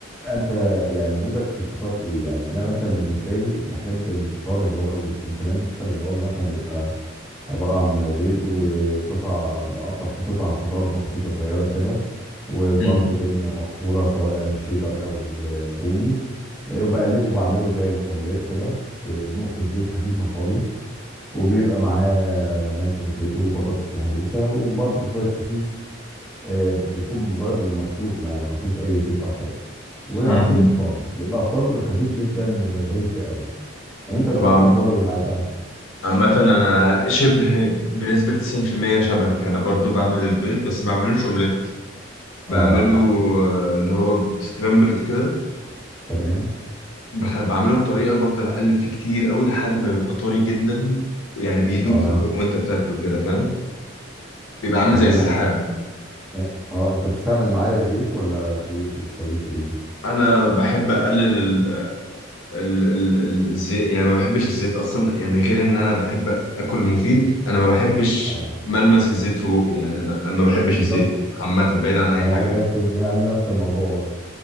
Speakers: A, in the centre; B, on the left.
A: انت يعني مودك في الفطار ايه يعني انا مثلا بالنسبه لي بحب الفطار اللي هو الكونتيننتال اللي هو مثلا بيبقى عباره عن بيض وقطع بقطع فيه قطع خضار بسيطه صغيره كده وبرده
B: مم.
A: جبنه مبشوره سواء شيدر او رومي وبقلبه بعمله زي الاومليت كده بنقطه زيت خفيفه خالص وبيبقى معاه ماشي بوتيتو وبطاطس مهروسه وبرده شويه سوسيس آه، بس يكون مجرد انه مسلوق ما ما فيهوش اي زيت او حاجه وعصير
B: مم.
A: برتقال بيبقى فطار خفيف جدا وهيلثي قوي انت الفطار
B: طبعا
A: اخباره ايه معاك بقى
B: عامة أنا شبه بنسبة 90% شبهك أنا برضو بعمل البيض بس ما بعملوش أومليت بعمله
A: اه
B: آه، اللي هو سكرامبلد كده
A: تمام
B: بخ- بعمله بطريقة بفضل أقلب فيه كتير أوي لحد ما بيبقى طري جدا يعني بيدوب
A: اه
B: في البق وأنت بتاكله كده فاهم بيبقى عامل
A: تمام
B: زي السحاب
A: اه آه، انت بتستعمل معايا زيت ولا ايه بتسويه في ايه
B: أنا بحب أقلل ال- ال- ال- الزيت يعني ما بحبش الزيت اصلا يعني غير ان انا بحب اكل مفيد انا ما بحبش
A: اه
B: ملمس الزيت في بوقي يعني انا أنا ما بحبش
A: بالظبط
B: الزيت عامه بعيد عن اي
A: انا
B: حاجه يعني.
A: نفس انا نفس الموضوع برضه